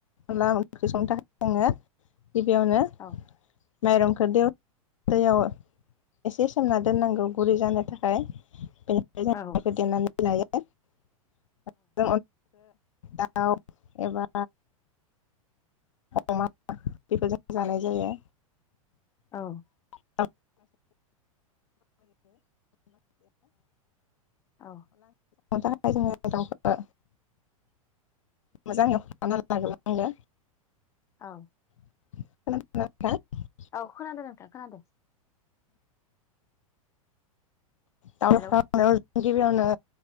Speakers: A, on the left; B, on the left.
A: अनला ओंख्रि संनो थाखाय जोङो गिबियावनो
B: औ
A: माइरंखौ दैयाव दैयाव एसे सोमना दोननांगौ गुरै जानो थाखाय बेनिफ्राय
B: औ
A: <inaudible> जों दिहुननानै लायो <inaudible> <inaudible> दाउ एबा अमा बेफोरजों जानाय जायो।
B: औ
A: <unintelligible> <unintelligible>
B: औ
A: थाखाय जोङो दाउखौ मोजाङै हनानै लाग्रोनांगौ
B: औ
A: <unintelligible>
B: औ खोनादों नोंथा खोनादों
A: दाव
B: हेलौ
A: <unintelligible> गिबियावनो